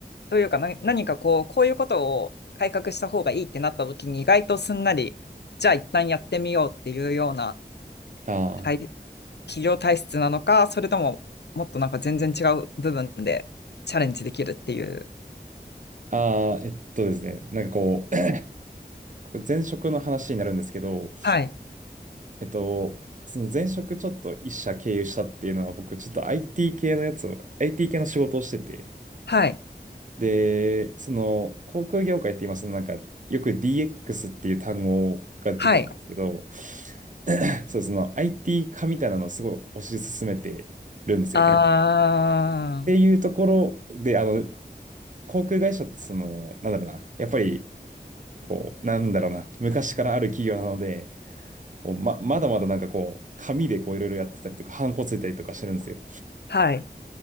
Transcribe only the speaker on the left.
というかな何かこう、こういうことを改革した方がいいってなった時に意外とすんなり、じゃあ一旦やってみようっていうような
体企業体質なのか、それとももっとなんか全然違う部分でチャレンジできるっていう。
はい。
はい。
はい。
ああ。
はい。